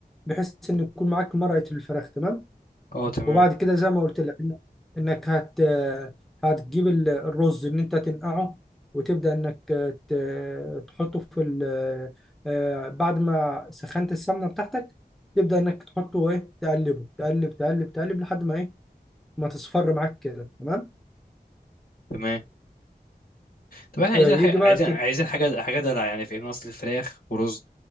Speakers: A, in the centre; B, on the left (about 60°).
A: بحيث ان يكون معاك مرقه الفراخ تمام
B: آه، تمام
A: وبعد كده زي ما قلت لك إن- انك هت هتجيب ال- الرز ان انت تنقعه وتبدا انك ت- تحطه في ال آه، بعد ما سخنت السمنه بتاعتك تبدا انك تحطه ايه تقلبه تقلب تقلب تقلب لحد ما ايه ما تصفر معاك كده تمام
B: تمام طب احنا عايزين
A: آه، يجي
B: حاجه
A: بقى
B: عايزين عايزين حاجه حاجه دلع يعني فاهمني اصل فراخ ورز